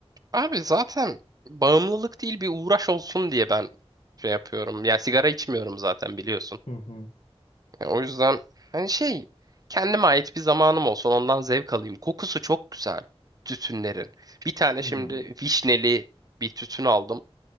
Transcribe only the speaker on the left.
Hı hı.
Hı